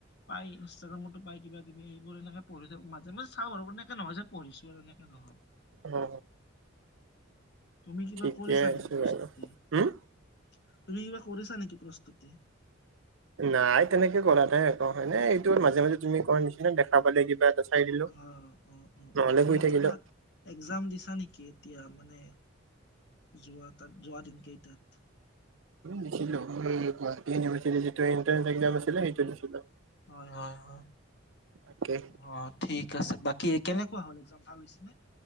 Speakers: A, on the left; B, on the right.
A: পাই ইনষ্টাগ্ৰামতো পাই কিবা কিবি এইবোৰ এনেকে পঢ়ি থা, মাজে মাজে চাওঁ বাৰু এনেকে নহয় যে পঢ়িছো আৰু এনেকে নহয়।
B: অঁ।
A: তুমি কিবা
B: ঠিকে
A: কৰিছা
B: আছে
A: নেকি প্ৰস্তুতি,
B: বাৰু হম
A: তুমি কিবা কৰিছা নেকি প্ৰস্তুতি?
B: নাই তেনেকে কৰা নাই একো, এনেই এইটোৰ মাজে মাজে তুমি কৰা নিচিনা দেখা পালে কিবা এটা- চাই দিলো
A: অহ' অঁ অঁ
B: নহ'লে
A: অঁ, তুমি
B: শুই থাকিলো
A: কিবা- এক্জাম দিছা নেকি? এতিয়া মানে, যোৱা <inaudible> তাত যোৱা দিন কেইটাত
B: দিছিলো, গুৱাহাটী ইউনিভাৰ্চিটিৰ যিটো এট্ৰেন্ একাম আছিলে, সেইটো দিছিলো।
A: হয় হয় হয়,
B: তাকে
A: হয়। ঠিক আছে, বাকী কেনেকুৱা হ'ল এক্জাম ভাল হৈছে নে?